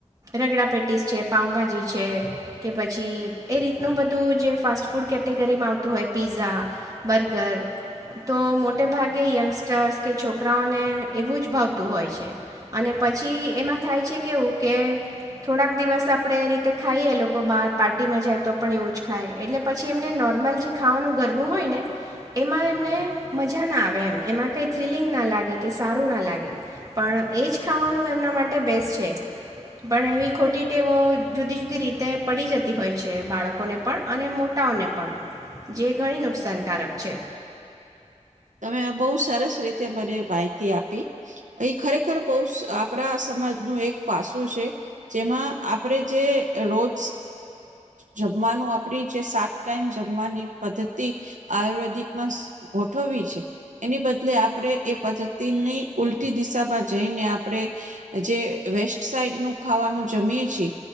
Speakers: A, on the right; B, on the right.
A: રગડા પેટીસ છે, પાઉભાજી છે કે પછી એ રીતનું બધું જે પાસ્ટ ફૂડ કેટેગરીમાં આવતું હોય પીઝા, બર્ગર તો મોટે ભાગે યંગસ્ટર્સ કે છોકરાઓને એવું જ ભાવતું હોય છે. અને પછી એમાં થાય છે કેવું કે થોડાક દિવસ આપડે એ રીતે ખાઈએ. લોકો બહાર પાર્ટીમાં જાય તો પણ એવું જ ખાય. એટલે પછી એમને નોર્મલ જે ખાવાનું ઘરનું હોય ને એમાં એમને મજા ના આવે, એમ એમાં કંઈ થ્રીલિંગ ના લાગે કે સારું ના લાગે. પણ એ જ ખાવાનું એમના માટે બેસ્ટ છે. પણ એવી ખોટી ટેવો જુદી જુદી રીતે પડી જતી હોય છે બાળકોને પણ અને મોટાઓને પણ, જે ઘણી નુકસાનકારક છે.
B: તમે બહુ સરસ રીતે મને માહિતી આપી. એ ખરેખર બહુ આપરા સમાજનું એક પાસું છે, જેમાં આપરે જે રોજ જમવાનું આપરી જે સાત ટાઈમ જમવાની પદ્ધતિ આયુર્વેદિકમાં થવી છે એની બદલે આપડે એ પદ્ધતિની ઉલટી દિશામાં જઈને આપડે જે વેસ્ટ સાઈડ નું ખાવાનું જમીએ છીએ.